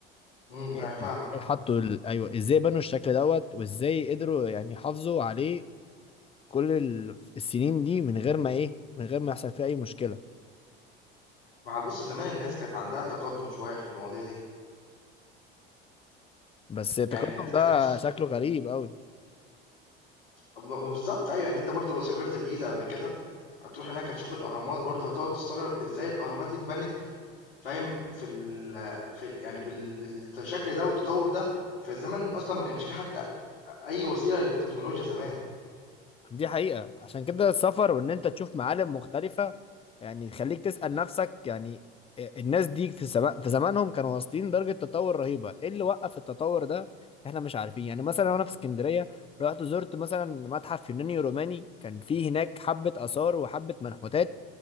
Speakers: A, on the left (about 80°); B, on the left (about 20°).
A: إمم،
B: إيه-
A: أيوه فاهمك،
B: إزاي
A: فاهمك.
B: حطوا ال... ايوه ازاي بنوا الشكل دوت وازاي قدروا يعني يحافظوا عليه كل ال- السنين دي من غير ما ايه من غير ما يحصل فيه اي مشكلة
A: ما هو بُص زمان الناس كانت عندها تقدُّم شوية في المواضيع دي،
B: بس التقدم
A: يعني الناس
B: ده
A: كانت بُص
B: شكله غريب قوي
A: ب ما بالضبط أيوه، يعني أنت برضه لو سافرت الجيزة قبل كده، هتروح هناك هتشوف الأهرامات برضه هتقعد تستغرب إزاي الأهرامات دي اتبنت فاهم؟ في ال في يعني بال بالشكل ده والتطور ده في الزمن أصلا ما كانش فيه حتى أي وسيلة للتكنولوجيا زمان
B: دي حقيقة عشان كده السفر وان انت تشوف معالم مختلفة يعني يخليك تسأل نفسك يعني آه، الناس دي في زمان في زمانهم كانوا واصلين درجة تطور رهيبة ايه اللي وقف التطور ده احنا مش عارفين يعني مثلا وانا في اسكندرية رحت زرت مثلا متحف يوناني روماني كان فيه هناك حبة آثار وحبة منحوتات